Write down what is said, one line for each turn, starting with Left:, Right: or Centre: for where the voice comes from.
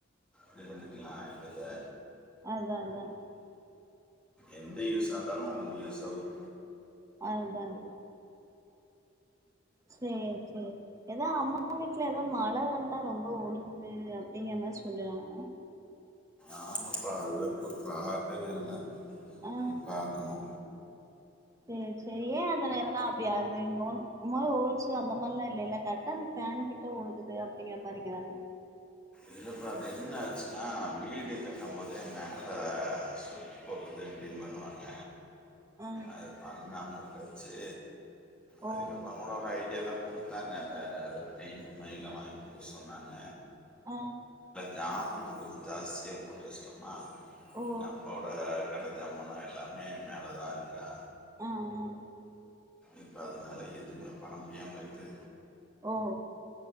Centre: இது பண்ணிக்கலாம் இப்ப இத
Right: அதான் அதான்
Centre: எந்த யூஸ்ஸா இருந்தாலும் உனக்குநீ யூஸ் ஆகும்
Right: அதுதான் சேரி சேரி ஏதோ அம்மா வீட்ல ஏதோ மழ வந்தா ரொம்ப ஒழுகுது அப்டீங்கற மாரி சொல்லுறாங்க
Centre: ஆமாப்ப அத போய் பாக்கவே இல்ல
Right: ஆ
Centre: போய் பாக்கணோ
Right: சேரி சேரி ஏ அதல எதனா அப்டி ஆகுது மோல் மேல ஹோல்ஸு அந்த மாரிலா இல்லல கரெக்டா அந்த ஃபேன் கிட்ட ஒழுகுது அப்டீங்குற மாரிங்கிறாங்க
Centre: இல்லப்ப அது என்ன ஆச்சுன்னா வீடு கட்ட போதே மேல அ சுருக்கி போட்றது அப்டின் பண்ணுவாங்க
Right: ஆ
Centre: அது பண்ணாம உ வெச்சு
Right: ஓ
Centre: அதுக்கப்புறோ கூட ஒரு ஐடியாயில்லாம குடுத்தாங்க அந்த எதோ பெயிண்ட் மாறிலா வாங்கி பூஸ் சொன்னாங்க
Right: ஆ
Centre: ஜாமானோ கொஞ்சோ ஜாஸ்தியா போட்டு வெச்ட்டோமா
Right: ஓ
Centre: இன்னோ அப்பாவோட கடன் ஜமானோ எல்லாமே மேலே தா இருக்கா
Right: ஆ ஆ
Centre: இப்ப அதனால எதுமே பண்ண முடியாம இருக்கு
Right: ஓ